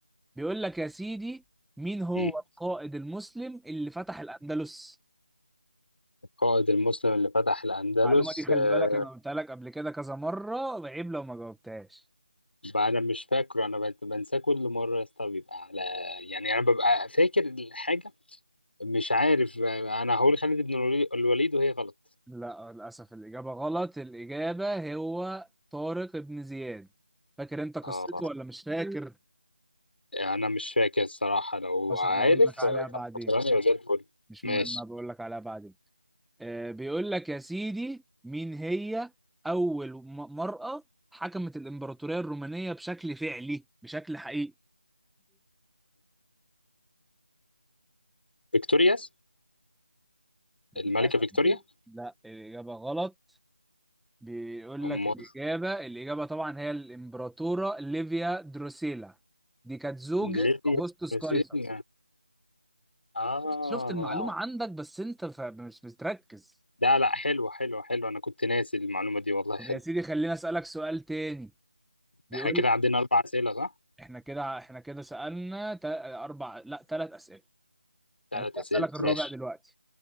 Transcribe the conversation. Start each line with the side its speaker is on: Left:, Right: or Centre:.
Centre: بيقول لك يا سيدي مين هو
Left: مم.
Centre: القائد المسلم اللي فتح الأندلس
Left: القائد المسلم اللي فتح الاندلس
Centre: المعلومة دي خلي
Left: آه،
Centre: بالك أنا قلتها لك قبل كده كذا مرة عيب لو ما جاوبتهاش
Left: بقى انا مش فاكره انا بنساه كل مره يا اسطى بيبقى على يعني انا ببقى فاكر الحاجه مش عارف انا هقول خالد بن الولي- الوليد وهي غلط
Centre: لا للأسف الإجابة غلط الإجابة هو طارق بن زياد فاكر أنت قصته
Left: اه
Centre: ولا مش فاكر؟
Left: انا مش فاكر الصراحه لو
Centre: بس
Left: عارف
Centre: هبقول لك عليها
Left: آه،
Centre: بعدين
Left: طب فكرني يبقى زي الفل
Centre: مش
Left: ماشي
Centre: مهم هبقول لك عليها بعدين آه بيقول لك يا سيدي مين هي أول م- مرأة حكمت الإمبراطورية الرومانية بشكل فعلي بشكل حقيقي
Left: فيكتورياس
Centre: للأسف
Left: الملكه فيكتوريا
Centre: لا الإجابة غلط بيقول
Left: ام
Centre: لك الإجابة الإجابة طبعا هي الإمبراطورة ليفيا دروسيلا دي كانت زوجة
Left: ليبيا
Centre: أغسطس
Left: مسينا
Centre: قيصر
Left: اه
Centre: شفت المعلومة عندك بس انت ف- مش بتركز
Left: لا لا حلو حلو حلو انا كنت ناسي المعلومه دي والله
Centre: طب
Left: حلو
Centre: يا سيدي خليني اسألك سؤال تاني بيقول
Left: احنا كده عندنا اربع اسئله صح
Centre: احنا كده احنا كده سألنا تا- اربع لا ثلاث اسئلة
Left: ثلاث
Centre: يعني
Left: اسئله
Centre: اسألك الرابع
Left: ماشي
Centre: دلوقتي